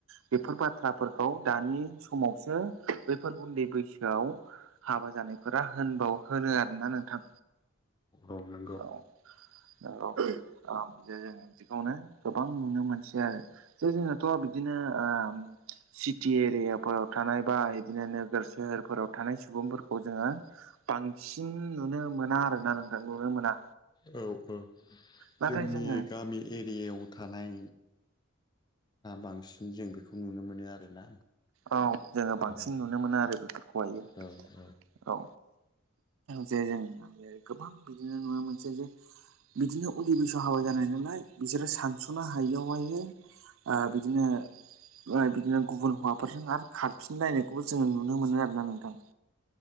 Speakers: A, on the right; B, on the left.
A: बेफोर बाथ्रा फोरखौ दानि समावसो बेफोर उन्दै बैसोआव हाबा जानायफोरा होनबाव होनो आरोना नोंथां
B: औ नंगौ
A: औ औ औ जे जों बेखौनो गोबां नुनो मोनसै आरो जे जोंनाथ' बिदिनो ओ सिटि एरियाफोराव थानाय बा बिदिनो नोगोर सोहोरफोराव थानाय सुबुंफोरखौ जोङो बांसिन नुनो मोना आरोना नोंथां नुनो मोना
B: औ औ
A: नाथाय
B: जोंनि
A: जोङो
B: गामि एरियायाव थानाय बांसिन जों बेखौ नुनो मोनो आरोना
A: औ जोङो बांसिन
B: औ
A: नुनो मोनो आरो बेफोरखौहायो
B: औ औ औ
A: औ जे जों गोबां बिदिनो नुनो मोनसै जे बिदिनो उन्दै बैसोआव हाबा जानाय नालाय बिसोरो सानस'नो हायियावहाय बिदिनो बिदिनो गुबुन हौवा फोरजों आरो खारफिनलायनायखौबो जोङो नुनो मोनो आरोना नोंथां